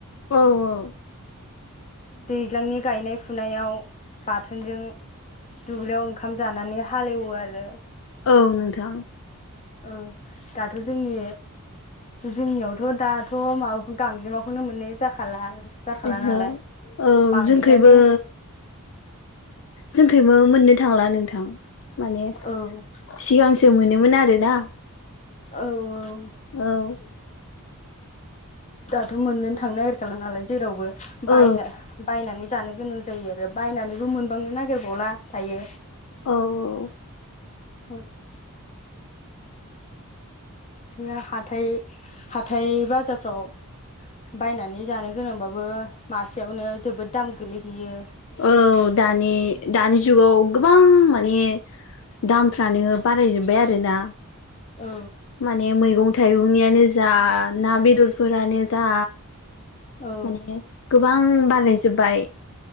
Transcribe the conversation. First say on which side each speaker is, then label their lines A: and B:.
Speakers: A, on the left; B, on the left.
A: औ औ
B: दैज्लांनि गायनाय फुनायाव बाथोनजों दुब्लियाव ओंखाम जानानै हालेवो आरो।
A: औ नोंथां।
B: औ दाथ' जोंनि जोंनियावथ' दाथ' माबा गांजेमाखौनो मोननाय जाखाला। जाखाला
A: ओहो
B: नालाय
A: औ
B: बांसिनानो
A: जोंखैबो जोंखैइबो मोननो थांला नोंथां माने
B: औ
A: सिगांसो मोनोमोन आरोना।
B: औ औ
A: औ
B: दाथ' मोननोनो थांनो नागिरखाला नालाय जेरावबो बायनो
A: औ
B: बायनानै जानो गोनां जायो आरो बायनानैबो मोनबांनो नागिरबावला दायो।
A: औ औ
B: उ गैया हाथाइ हाथाइ बाजारफ्राव बायनानै जानो गोनांबाबो मासेयावनो जोबोद दाम गोलैहैयो।
A: औ दानि दानि जुगाव गोबां माने दामफ्रानो बारायजोबबाय आरोना।
B: औ
A: माने मैगं थाइगंनियानो जा ना बेदरफोरानो जा
B: औ
A: माने गोबां बारायजोबबाय